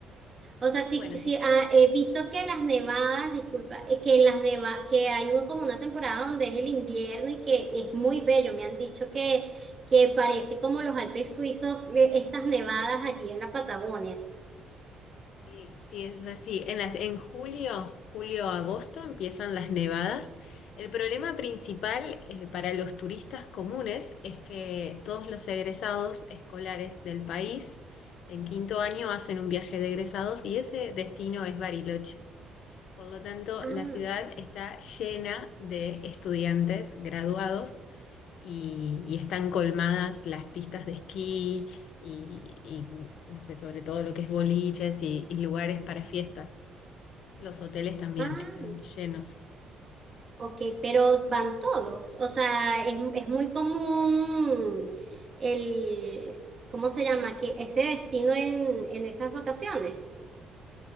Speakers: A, on the right (about 30°); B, on the left (about 70°).
A: O sea, sí,
B: Bueno,
A: sí
B: si
A: ah, he visto que las nevadas, disculpa, eh, que en las nevadas, que hay un- como una temporada donde es el invierno y que es muy bello. Me han dicho que, que parece como los Alpes suizos, eh, estas nevadas allí en la Patagonia.
B: Sí, sí, es así. En, las- en julio, julio-agosto empiezan las nevadas. El problema principal eh, para los turistas comunes es que todos los egresados escolares del país en quinto año hacen un viaje de egresados y ese destino es Bariloche. Por lo tanto,
A: Ah,
B: la ciudad está llena de estudiantes graduados y, y están colmadas las pistas de esquí y, y, no sé, sobre todo lo que es boliches y, y lugares para fiestas. Los hoteles también
A: ah,
B: están llenos.
A: ok, pero van todos. O sea, es, es muy común el, ¿cómo se llama? Que ese destino en, en esas vacaciones.